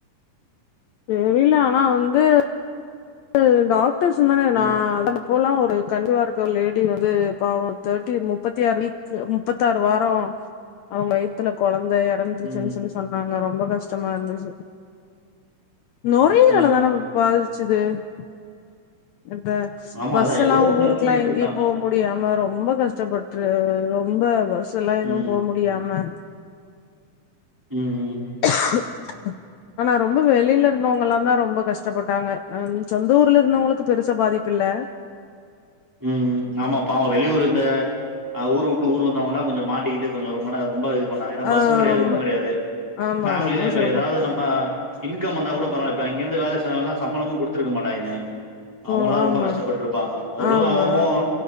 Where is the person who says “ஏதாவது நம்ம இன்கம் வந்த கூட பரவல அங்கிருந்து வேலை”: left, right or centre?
Centre